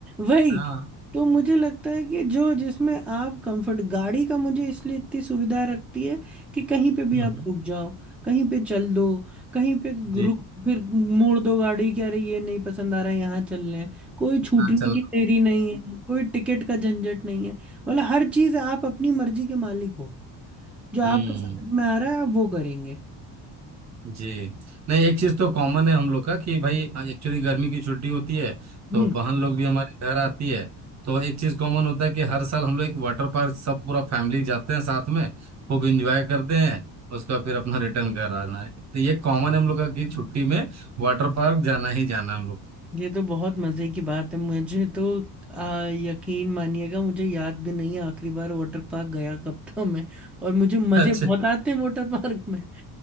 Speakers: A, in the centre; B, on the right.
A: वही
B: हाँ
A: तो मुझे लगता है कि जो जिसमें आप कंफर्ट गाड़ी का मुझे इसलिए इतनी सुविधा रखती है कि कहीं पे भी
B: हम्म।
A: आप रुक जाओ कहीं पे चल दो कहीं पे
B: जी
A: रुक फिर मोड़ दो गाड़ी कि अरे ये नहीं पसंद आ रहा है यहाँ चल लें कोई छूटने
B: हाँ चल
A: की देरी नहीं है कोई टिकट का झंझट नहीं है मतलब हर चीज आप अपनी मर्जी के मालिक हो जो आपको
B: हम्म
A: समझ में आ रहा है आप वो करेंगे
B: जी नहीं एक चीज तो कॉमन है हम लोग का कि भाई एक्चुअली गर्मी की छुट्टी होती है
A: हम्म
B: तो बहन लोग भी हमारे घर आती है तो एक चीज कॉमन होता है कि हर साल हम लोग एक वाटर पार्क सब पूरा फैमिली जाते हैं साथ में खूब इंजॉय करते हैं उसका फिर अपना रिटर्न घर आना है तो ये कॉमन है हम लोग का कि छुट्टी में वाटर पार्क जाना ही जाना है हम लोग को।
A: ये तो बहुत मजे की बात है मुझे तो आ, यकीन मानिएगा मुझे याद भी नहीं है आखिरी बार वाटर पार्क गया कब था मैं और मुझे मजे
B: अच्छा
A: बहुत आते हैं वाटर पार्क में